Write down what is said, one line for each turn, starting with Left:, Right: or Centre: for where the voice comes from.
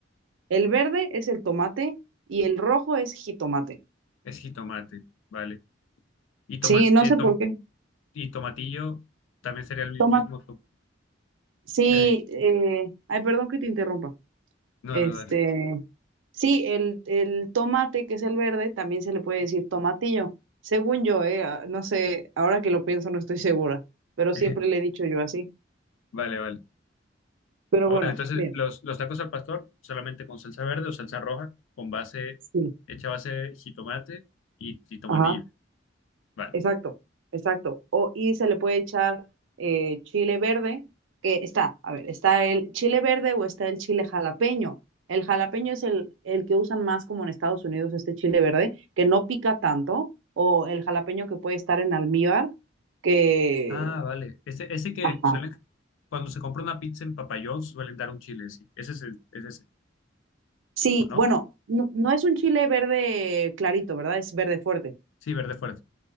Right: el verde es el tomate y el rojo es jitomate.
Left: Es jitomate, vale. Y, toma,
Right: Sí, no
Left: eh,
Right: sé
Left: tom-
Right: por qué.
Left: y tomatillo también sería el
Right: Tomate.
Left: mismo. tom-
Right: Sí,
Left: el mi-
Right: eh, ay, perdón que te interrumpa.
Left: no,
Right: Este,
Left: no, dale.
Right: sí, el, el tomate, que es el verde, también se le puede decir tomatillo. Según yo, eh, ah, no sé, ahora que lo pienso no estoy segura, pero
Left: <laughs>
Right: siempre le he dicho yo así.
Left: Vale, vale.
Right: Pero
Left: Ah,
Right: bueno,
Left: vale, entonces
Right: bien.
Left: los, los tacos al pastor solamente con salsa verde o salsa roja, con base,
Right: Sí.
Left: hecha base de jitomate y, y tomatillo.
Right: ajá.
Left: Vale.
Right: Exacto, exacto. O, y se le puede echar eh, chile verde, que está, a ver, está el chile verde o está el chile jalapeño. El jalapeño es el, el que usan más como en Estados Unidos, este chile verde, que no pica tanto, o el jalapeño que puede estar en almíbar, que...
Left: Ah, vale. Ese, ese que
Right: Ajá.
Left: suelen, cuando se compra una pizza en Papayón, suelen dar un chile, sí. Ese es, el- es ese,
Right: Sí,
Left: ¿o no?
Right: bueno, no, no es un chile verde clarito, ¿verdad? Es verde fuerte.
Left: Sí, verde fuerte.